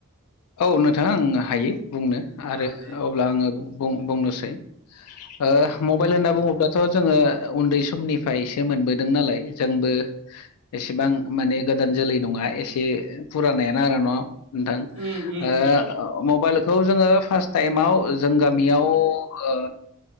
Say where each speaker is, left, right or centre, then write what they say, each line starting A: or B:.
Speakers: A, on the left; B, on the right.
A: औ नोंथां आं हायो बुंनो आरो
B: ओ दे दे
A: अब्ला आङो बुं-बुंनोसै ओ मबाइल होनना बुङोब्ला थ' जोङो उन्दै समनिफ्रायसो मोनबोदों नालाय जोंबो एसेबां माने गोदान जोलै नङा एसे फुरानायानो आर न' नोंथां। ओ
B: उम उम उम
A: मबाइल खौ जोङो फार्स्ट टाइमाव जों गामियाव ओ